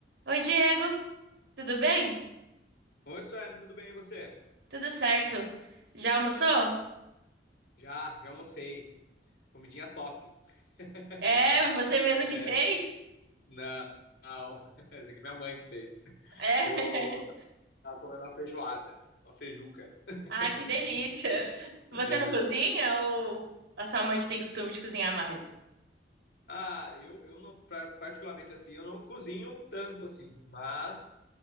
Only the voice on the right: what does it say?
Oi, Diego, tudo bem?
Tudo certo. Já almoçou?
É, você mesmo
que fez?
É.
<laughs>
Ah, que delícia. Você
não cozinha ou a sua mãe que tem costume de cozinhar mais?